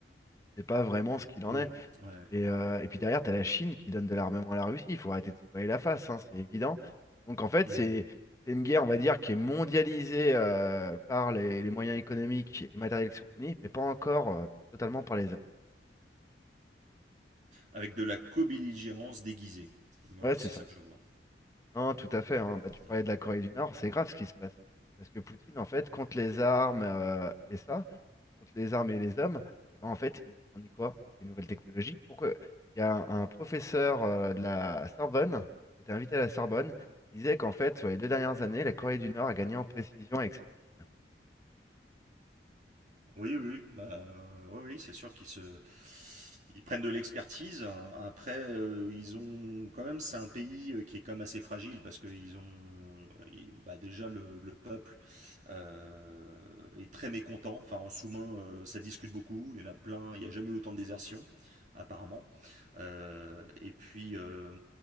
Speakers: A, on the left; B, on the right.
A: On ne sait pas vraiment ce qu'il en
B: Mhm.
A: est.
B: Ouais.
A: Et, euh, et puis derrière, tu as la Chine qui donne de l'armement à la Russie. Il faut arrêter de se voiler la face, hein, c'est évident. Donc en fait,
B: Mhm.
A: c'est c'est une guerre, on va dire, qui est mondialisée euh, par les, les moyens économiques et matériels qui sont fournis, mais pas encore euh, totalement par les hommes.
B: Avec de la co-belligérance déguisée. Voilà,
A: Ouais, c'est
B: c'est
A: ça.
B: ça que je vois.
A: Non, tout à fait.
B: Mhm.
A: hein. Bah, tu parlais
B: Ouais.
A: de la Corée du Nord, c'est grave ce qui se passe. Parce que Poutine, en fait, contre les armes euh, et ça, contre les armes et les hommes, et ben, en fait, il fournit quoi? Des nouvelles technologies. Pourquoi? Il y a un, un professeur euh, de la Sorbonne, qui était invité à la Sorbonne, qui disait qu'en fait, sur les deux dernières années, la Corée du Nord a gagné en précision avec ses missiles.
B: Oui, oui, bah, euh, oui, oui, c'est sûr qu'ils se... ils prennent de l'expertise. Après, euh, ils ont quand même, c'est un pays euh, qui est quand même assez fragile parce que ils ont, euh, ils- bah, déjà le, le peuple euh, est très mécontent. Enfin, en sous-main, euh, ça discute beaucoup. Il y en a plein. Il n'y a jamais eu autant de désertion, apparemment. Euh, et puis, euh,